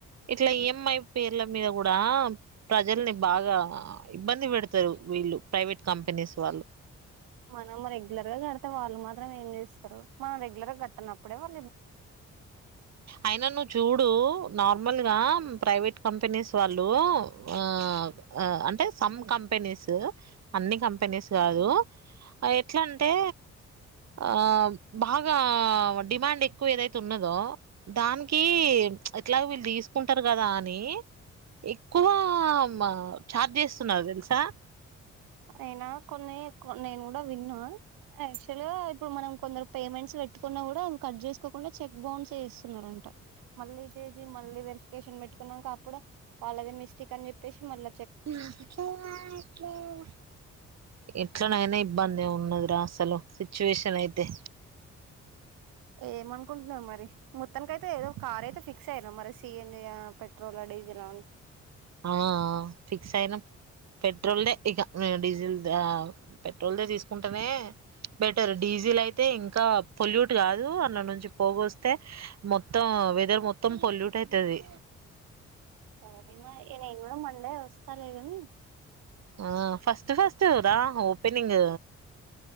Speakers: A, on the right; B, on the right.
A: ఇట్ల ఈ ఎం ఐ పేర్ల మీద గుడ ప్రజల్ని బాగా ఇబ్బంది పెడతరు. వీళ్ళు ప్రైవేట్ కంపెనీస్ వాళ్ళు
B: మనం రెగ్యులర్ గా కడితే వాళ్ళు మాత్రం ఏం చేస్తరు, మనం రెగ్యులర్ గా కట్టనప్పుడే వాళ్
A: అయినా నువ్వు చూడు నార్మల్ గా ప్రైవేట్ కంపెనీస్ వాళ్ళు ఆ అంటే సమ్ కంపెనీ సు అన్ని కంపెనీస్ కాదు ఎట్లా అంటే ఆ బాగా డిమాండ్ ఎక్కువ ఎక్కువ ఏదైతే ఉన్నదో దానికి ఎట్లాగ వీళ్ళు తీసుకుంటారు కదా అని ఎక్కువ మ ఛార్జ్ చేస్తున్నారు తెలుసా
B: అయినా కొన్ని కొన్ని నేను కూడా విన్నా యాక్చువల్ గా ఇప్పుడు మనం కొందరు పేమెంట్స్ పెట్టుకున్నా కూడా అవి కట్ చేసుకోకుండా చెక్ బౌన్స్ చేస్తున్నారు అంట మళ్ళీ చేసి మళ్ళీ వెరిఫికేషన్ పెట్టుకున్నంక అప్పుడు వాళ్ళ దే మిస్టేక్ అని చెప్పేసి మళ్ళ
A: మనకి రాట్లేదా ఎట్లనైనా ఇబ్బంది ఉన్నదిరా అసలు సిచ్యువేషన్ అయితే
B: ఏమనుకుంటున్నావు మరి మొత్తానికి ఐతే ఏదో కార్ అయితే ఫిక్స్ అయిన మరి సిఎన్ జి యా పెట్రోల్ ఆ డీజల్ ఆ
A: ఆ ఫిక్స్ అయినం పెట్రోల్ దే ఇగ డీజిల్ దా పెట్రోల్ దే తీసుకుంటానే బెటర్ డీజిల్ అయితే ఇంకా పొల్యూట్ కాదు అందులో నుంచి పోగొస్తే మొత్తం వెదర్ మొత్తం పొల్యూట్ అయితది
B: సరే మ ఇక నేను కూడా మండే వస్తాలే గని
A: ఆ ఫస్ట్ ఫస్ట్ రా ఓపెనింగ్